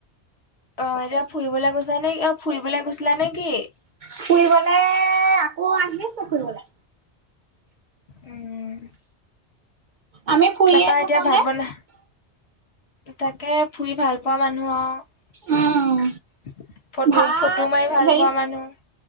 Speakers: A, on the left; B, on the right.
A: অ এতিয়া ফুৰিবলে গৈছা নে অ ফুৰিবলে গৈছিলা নেকি?
B: ফুৰিবলে আকৌ আহিছো ফুইবলে
A: উম
B: আমি ফুৰিয়ে
A: তাপা
B: থাকো
A: এতিয়া ভাত
B: যে
A: বনা তাকে ফুৰি ভাল পোৱা মানুহ আহ
B: উম
A: ফটো
B: ভাত
A: ফটো মাৰি ভাল
B: হেৰি
A: পোৱা মানুহ